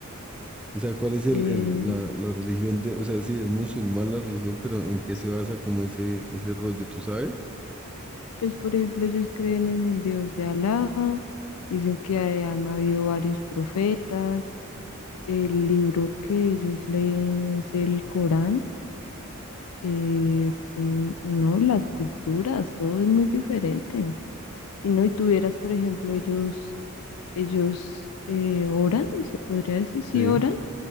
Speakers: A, in the centre; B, on the left.
A: O sea, ¿cuál es el,
B: Eh,
A: el- la, la religión de, o sea, sí, es musulmán la religión, pero ¿en qué
B: s-
A: se basa como ese, ese rollo, tú sabes?
B: pues por ejemplo, ellos creen en el Dios de Alá, dicen que hay- han habido varios profetas, el libro que ellos leen es el Corán, eh, mm, no, y las culturas, todo es muy diferente. Y no, y tuvieras, por ejemplo, ellos Ellos eh, oran, se podría decir, sí
A: Sí.
B: oran